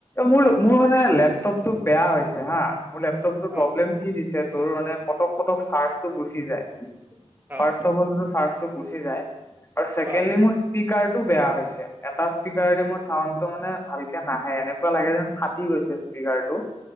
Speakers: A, on the left; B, on the right.
A: মোৰ
B: আহ
A: মোৰ মানে লেফট টপতো বেয়া হৈছে হা, মোৰ লেপটপটো প্ৰব্লেম
B: আহ
A: কি দিছে তোৰ মানে পতক পতক চাৰ্জটো গুচি যায়।
B: আহ
A: পাৰ্শ্ব বলতো চাৰ্জ টো গুচি যায় আৰু চছেকেণ্ডলি
B: আহ
A: মোৰ স্পীকাৰটো বেয়া হৈছে, এটা স্পীকাৰে দি মই চাউণ্ডটো মানে ভালকে য়া নাহে, এনেকুৱা লাগে যেন ফাটি গৈছে স্পীকাৰ টো।